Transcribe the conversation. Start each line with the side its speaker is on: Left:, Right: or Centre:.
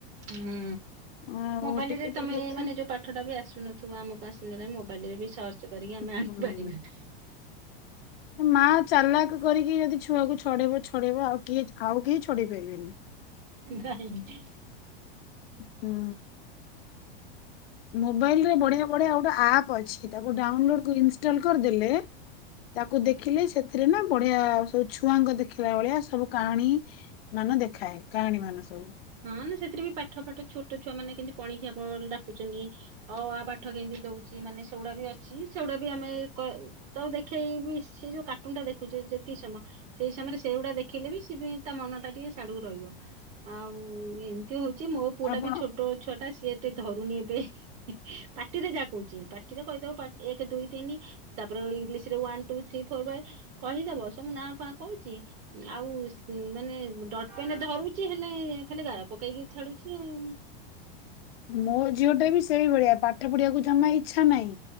Right: ହୁଁ
Left: ଆଉ
Right: ମୋବାଇଲ
Left: ଟିକେ
Right: ରେ ତମେ
Left: ଟିକେ ତ
Right: ମାନେ ଯୋଉ ପାଠଟା ବି ଆସୁନଥିବ ଆମକୁ ଆସିଲେ ନ ନାଇଁ ମୋବାଇଲ ରେ ବି ସର୍ଚ କରିକି ଆମେ
Left: ହୁଁ
Right: ଆଣିପାରିବା।
Left: ମା ଚାଲାକ କରିକି ଯଦି ଛୁଆକୁ ଛଡେଇବ ଛଡେଇବ ଆଉ କିଏ ଆଉ କେହି ଛଡିେଇ ପାରିବେନି।
Right: ନାଇଁ।
Left: ହୁଁ। ମୋବାଇଲ ରେ ବଢିଆ ବଢିଆ ଗୋଟେ ଆପ୍ ଅଛି ତାକୁ ଡାଉନଲୋଡ ଇନଷ୍ଟଲ କରିଦେଲେ। ତାକୁ ଦେଖିଲେ ସେଥିରେ ନା ବଢିଆ ସବୁ ଛୁଆଙ୍କ ଦେଖିଲା ଭଳିଆ ସବୁ କାହାଣୀ। ମାନ ଦେଖାଏ କାହାଣୀ ମାନ ସବୁ।
Right: ହଁ ନା ସେଥିରେ ବି ପାଠ ଫାଠ ଛୋଟ ଛୁଆ ମାନେ କେମିତି ପଣିଖିଆ ଡାକିଛନ୍ତି। ଅ ଆ ପାଠ କେମିତି ଦଉଛି ମାନେ ସେଗୁଡା ବି ଅଛି ସେଗୁଡାବି ଆମେ ତ ଦେଖେଇ ବି ସେ ଯୋଉ କାର୍ଟୁନଟା ଦେଖୁଛେ ଯେତିକି ସମୟ ସେଇ ସମୟରେ ସେଇଗୁଡା ଦେଖିଲେ ବି ସେ ତା ମନ ଟା ଟିକେ ଶାଢକୁ ରହିବ ଆଉ ହଉ ଏମିତି ହଉଛି ମୋ ପୁଅଟା
Left: ଆପଣ
Right: ବି ଛୋଟ ଛୁଆଟା ସିଏ ଏତେ ଧରୁନି ଏବେ ପାଟିରେ ଯାହା କହୁଛି ପାଟିରେ କହିଦବ ଏକ ଦୁଇ ତିନି ତାପରେ ଇଂଲିଶରେ ୱାନ ଟୁ ଥ୍ରୀ ଫୋର ବାଇ କହିଦବ ସବୁ ନା ଫ କହୁଛି ଆଉ ମାନେ ଡଟ ପେନ ଧରୁଛି ହେଲେ। ଖାଲି ଗାର ପକେଇକି ଛାଡୁଛି ଆଉ
Left: ମୋ ଝିଅଟା ବି ସେଇଭଳିଆ ପାଠ ପଢିବାକୁ ଜମା ଇଚ୍ଛା ନାହିଁ